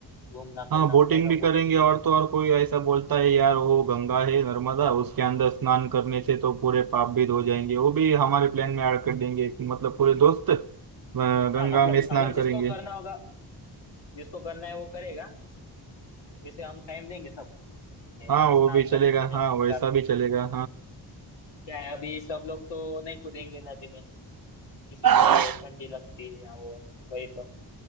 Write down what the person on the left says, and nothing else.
घूमना
फिरना
हो जाएगा
बोटिंग पे
भी
हाँ मतलब
अगर जिसको
करना होगा जिसको करना है वो करेगा वैसे हम टाइम देंगे सबको है
ना
स्नान
करने
के लिए
गंगा
में
क्या है अभी सब लोग तो नहीं कूदेंगे नदी में किसी
को ठंडी लगती है या वो वही तो